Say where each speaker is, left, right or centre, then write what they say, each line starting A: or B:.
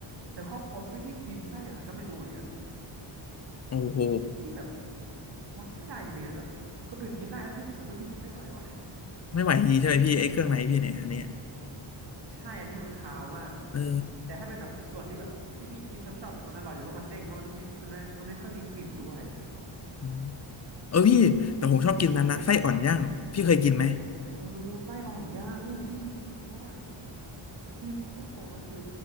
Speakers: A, on the right; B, on the left.
A: แต่ครอบครัวไม่ได้กินได้ยังไงก็ไม่รู้เหมือนกัน
B: โอ้โห
A: พี่แบบรับไม่ได้จริงๆนะแบบคนอื่นกินได้แล้วพี่รู้สึกว่าพี่กินไม่ไหวว่ะ
B: ไม่ไหวจริงๆใช่ไหมพี่ไอ้เครื่องในพี่เนี่ยอันเนี้ย
A: ใช่อันนี้มันคาวมาก
B: เออ
A: แต่ถ้าเป็นแบบส่วนที่แบบที่พี่กินชอบชอบเนี่ยมันอร่อยอยู่เพราะมันเด้งแล้วมันไม่มีมันไม่มันไม่ค่อยมีกลิ่นด้วย
B: อืมเออพี่แต่ผมชอบกินนั้นนะไส้อ่อนย่างพี่เคยกินไหม
A: โอ้ไส้อ่อนย่างเออพี่พี่ก็กินเพราะว่า อืมพูดตรงๆนะคือ